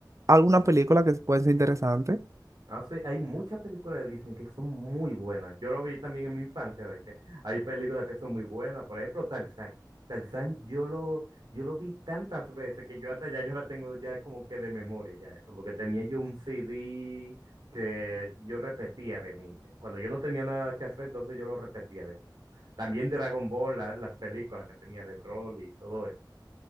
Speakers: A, on the right; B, on the right.
A: alguna película que puede ser interesante.
B: Hace, hay muchas películas de Disney que son muy buenas. Yo lo vi también en mi infancia, de que hay películas que son muy buenas. Por ejemplo, Tarzán. Tarzán, yo lo, yo lo vi tantas veces que yo hasta ya yo la tengo ya como que de memoria ya eso, porque tenía yo un CD que yo repetía de niño. Cuando yo no tenía nada que hacer, entonces yo lo repetía de niño. También Dragon Ball, la- las películas que tenía de Broly y todo eso,